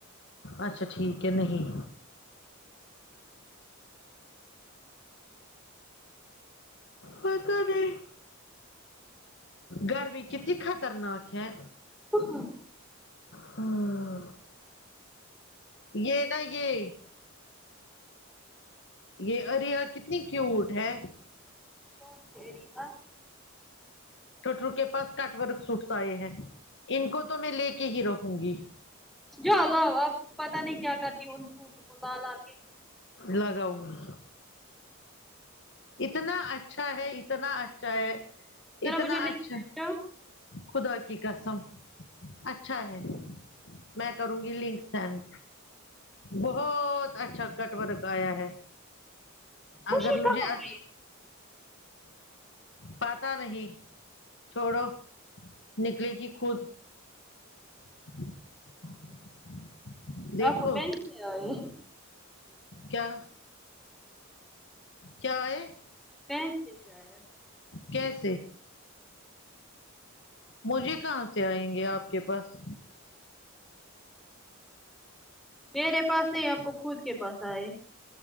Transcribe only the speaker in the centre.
اہا
کون اریہا
جاؤ لاؤ اپ پتا نہیں کیا کرتی ان سوٹس کو لا لا کے
ذرا
مجھے لنک
بھیجو
خوشی
کہاں
گئی
آپ کو بینک سے آئے ہیں
فنسی شاید
میرے پاس نہیں آپ کو خود کے پاس آئے